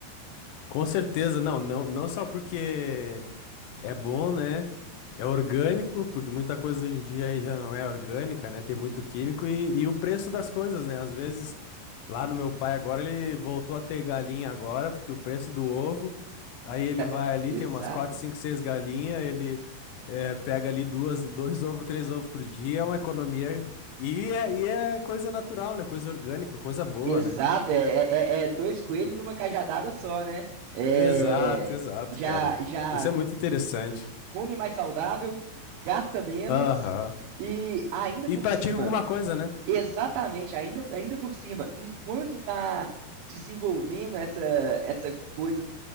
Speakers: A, on the left (about 75°); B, on the right (about 85°).
A: Com certeza, não, não, não só porque É bom, né? É orgânico, porque muita coisa hoje em dia aí já não é orgânica, né? Tem muito químico e, e o preço das coisas, né? Às vezes, lá no meu pai agora, ele voltou a ter galinha agora, porque o preço do ovo, aí ele
B: Tá-
A: vai
B: é,
A: ali, tem
B: exato.
A: umas 4, 5, 6 galinhas, ele eh, pega ali duas, dois ovos, três ovos por dia, é uma economia. E é, e é coisa natural, né? Coisa orgânica, coisa boa,
B: Exato,
A: né?
B: é, é, é- é dois coelhos numa cajadada só, né? É,
A: Exato, exato,
B: já,
A: cara.
B: já
A: Isso é muito interessante.
B: come mais saudável, gasta menos
A: Aham.
B: e ainda
A: E
B: por
A: pratica
B: cima.
A: alguma coisa, né?
B: Exatamente, ainda, ainda por cima, enquanto tá desenvolvendo essa, essa coisa